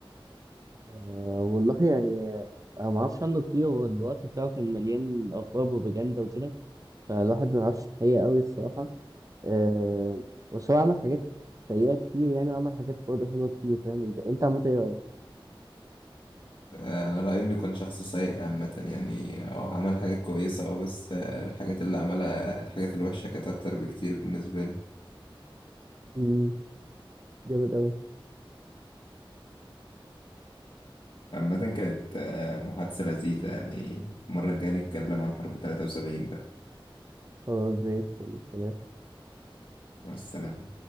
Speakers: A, on the right (about 40°); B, on the left (about 70°).
A: آه، والله يعني آه، أنا معرفش عنه كتير هو الوقت بتاعه كان مليان أخبار وبروباجندا وكده فالواحد ما يعرفش الحقيقة أوي الصراحة أه بس هو عمل حاجات سيئة كتير يعني وعمل حاجات برضه حلوة كتير فاهم أنت أنت عملت إيه رأيك؟
B: آه، أنا رأيي إنه كان شخص سيء عامة يعني اه عمل حاجات كويسة اه بس آه، الحاجات اللي عملها آه، الحاجات الوحشة كانت أكتر بكتير بالنسبة لي
A: أمم، جامد أوي
B: عامة كانت آه، محادثة لذيذة يعني المرة الجاية نتكلم عن حرب 73 بقى
A: خلاص زي الفل سلام
B: مع السلامة